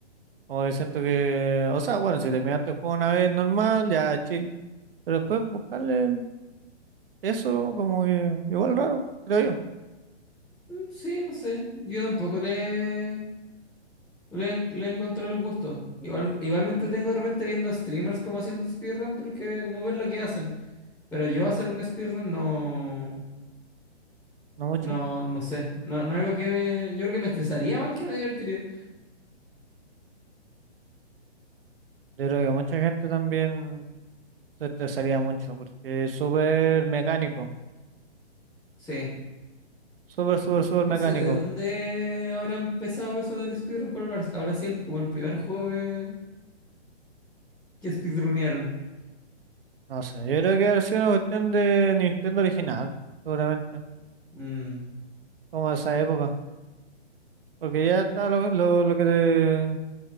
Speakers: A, on the right (about 55°); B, in the centre.
A: como que siento que, o sea, bueno, si terminaste el juego una vez normal, ya chill. Pero después buscarle eso, como que igual raro, creo yo,
B: Sí, no sé. Yo tampoco le, le, le encontré el gusto. Igual, igual me entretengo de repente viendo streamers como haciendo speedrun porque como ver lo que hacen. Pero yo hacer un speedrun no,
A: no mucho.
B: no, no sé. No, no algo que me, yo creo que me estresaría más que me divertiría.
A: Yo creo que mucha gente también se estresaría mucho porque es súper mecánico,
B: Sí.
A: súper,
B: N-
A: súper, súper
B: No
A: mecánico.
B: sé de dónde habrá empezado eso del speedrun. ¿Cuál habrá habrá sido el, como el primer juego que, que speedrunearon?
A: No sé, yo creo que ha sido una cuestión de Nintendo original, seguramente,
B: Mm,
A: como de esa época. Porque ya está lo, lo, lo que te...